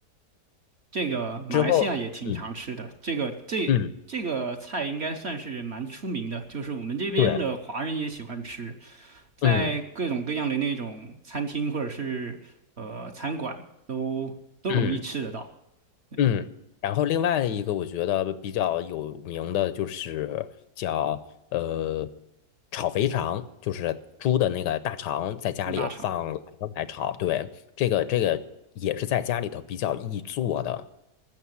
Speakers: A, on the right (about 45°); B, on the left (about 80°).
A: 这个马来西亚也挺常吃的，
B: 之后，嗯
A: 这个这这个菜应该算是蛮出名的，
B: 嗯，
A: 就是我们这边的华人也喜欢吃，
B: 对，
A: 在各种各样的那种餐厅或者是呃餐馆都都容易吃得到。
B: 嗯嗯。
A: 对，
B: 嗯，然后另外一个我觉得比较有名的就是叫呃炒肥肠，就是猪的那个大肠，在家里放辣椒来炒。
A: 猪大肠，
B: 对，这个这个也是在家里头比较易做的。